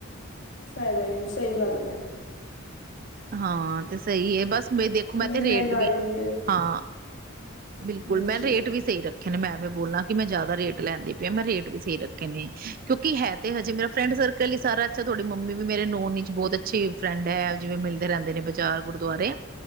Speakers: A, on the left; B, on the right.
A: ਫਾਇਦਾ ਹੀ ਨਹੀਂ, ਸਹੀ ਗੱਲ ਏ।
B: ਹਾਂ ਤੇ ਸਹੀ ਹੈ ਬਸ ਮੇ ਦੇਖੋ
A: ਇੰਨੀ
B: ਮੈਂ ਤੇ ਰੇਟ
A: ਮਹਿੰਗਾਈ
B: ਵੀ
A: ਹੈ
B: ਹਾਂ ਬਿਲਕੁਲ
A: ਹਾਂਜੀ
B: ਮੈਂ ਰੇਟ ਵੀ ਸਹੀ ਰੱਖ ਕਹਿੰਦੇ ਮੈਂ ਵੀ ਬੋਲਾਂ ਕਿ ਮੈਂ ਜਿਆਦਾ ਰੇਟ ਲੈਣਦੀ ਪਿਆ ਮੈਂ ਰੇਟ ਵੀ ਸਹੀ ਰੱਖੇ ਨੇ ਕਿਉਂਕਿ ਹੈ ਤੇ ਹਜੇ ਮੇਰਾ ਫਰੈਂਡ ਸਰਕਲ ਹੀ ਸਾਰਾ ਅੱਛਾ ਤੁਹਾਡੀ ਮੰਮੀ ਵੀ ਮੇਰੇ ਨੋਨ ਚ ਬਹੁਤ ਅੱਛੇ ਫਰੈਂਡ ਹੈ। ਜਿਵੇਂ ਮਿਲਦੇ ਰਹਿੰਦੇ ਨੇ ਬਾਜ਼ਾਰ ਗੁਰਦੁਆਰੇ